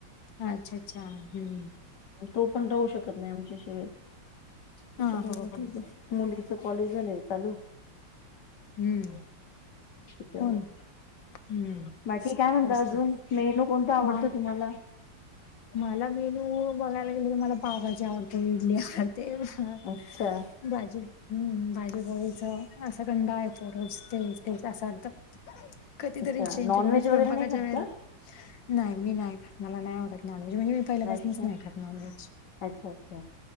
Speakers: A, on the left; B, on the left.
A: अच्छा अच्छा हम्म
B: तो पण राहू शकत नाही आमच्या शिवायठी
A: हा हो हो
B: मुलीच कॉलेज चालू
A: हम्म
B: त्याच्यामुळे.
A: हो ना हम्म
B: बाकी काय म्हणता
A: तेच
B: अजून
A: तर
B: मेनू कोणता आवडतो
A: बा
B: तुम्हाला?
A: मला मेनू बघायला गेले तर मला पावभाजी आवडते इडली आवडते ह
B: अच्छा
A: बाजू हम्म बाजू बळीस असं कंडा आहे तो रोज तेच तेच असं अर्ध कधीतरी
B: अच्छा
A: चेंज
B: नॉन
A: करण
B: व्हेज
A: स्वयंपाकाच्या
B: वगैरे नाही खात
A: वेळेला
B: का?
A: नाही मी नाही कर मला नाही आवडत नॉनव्हेज म्हणजे पहिल्यापासूनच
B: अच्छा
A: नाही टनॉज
B: अच्छा अच्छा.